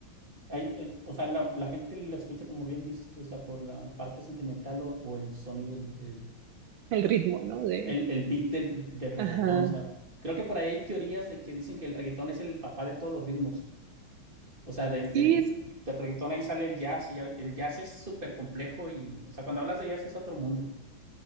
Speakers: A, on the right (about 25°); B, on the right (about 75°).
A: hay, eh, o sea, la, la gente lo escucha como bien dices tú, o sea, por la parte sentimental o, o el sonido, el,
B: el ritmo, ¿no? De,
A: el, el beat del, del reggaetón.
B: ajá,
A: O sea, creo que por ahí hay teorías de que dicen que el reggaetón es el papá de todos los ritmos. O sea, del,
B: sí,
A: del,
B: es,
A: del reggaetón ahí sale el jazz y ya- el jazz es súper complejo y, o sea, cuando hablas de jazz es otro mundo.